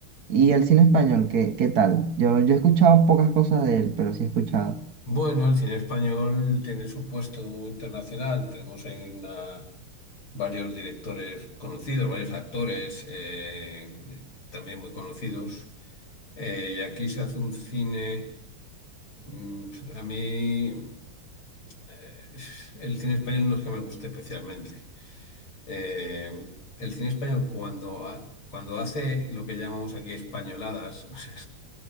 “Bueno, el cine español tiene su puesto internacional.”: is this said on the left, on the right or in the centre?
Left